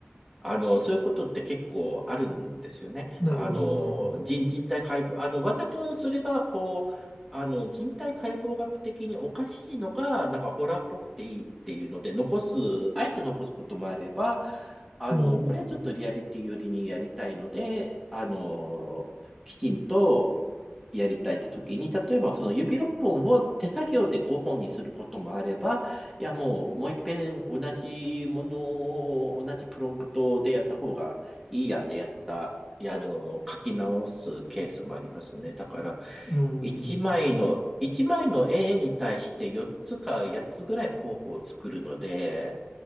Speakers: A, in the centre; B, on the left (about 45°).
A: あの、そういうことって結構あるんですよね。
B: なるほど、
A: あの、
B: なるほ
A: 人人体解剖、あの、わざとそれが、こう、あの、人体解剖学的におかしいのが、なんかホラーっぽくていいっていうので、残す、あえて残すこともあれば、あの、
B: ど。うん。
A: これはちょっとリアリティ寄りにやりたいので、あの、きちんとやりたいって時に、例えばその指6本を手作業で5本にすることもあれば、いや、もう、もう一遍同じものを、同じプロンプトでやった方がいいやでやった、いや、あの、書き直すケースもありますね。だから、
B: うん。
A: 一枚の、一枚の絵に対して4つか8つぐらい候補を作るので、